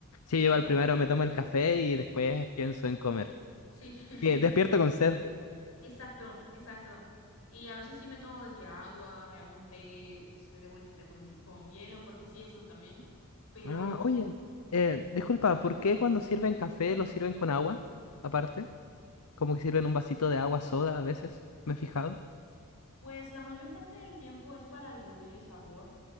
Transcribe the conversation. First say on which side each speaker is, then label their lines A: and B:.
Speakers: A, on the left; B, on the left.
A: Sí,
B: Y
A: yo al
B: ya.
A: primero me tomo el café y después pienso en comer.
B: sí, <laughs>
A: Que Despierto con sed.
B: exacto, exacto. Y a veces sí me tomo de que agua, me hago un té, este, de bolsita con, con hielo, porque sí, eso también. Pero
A: Ah, oye, eh, disculpa, ¿por qué cuando sirven café lo sirven con agua aparte? como que sirven un vasito de agua soda a veces, me he fijado,
B: Pues la mayor parte del tiempo es para diluir el sabor,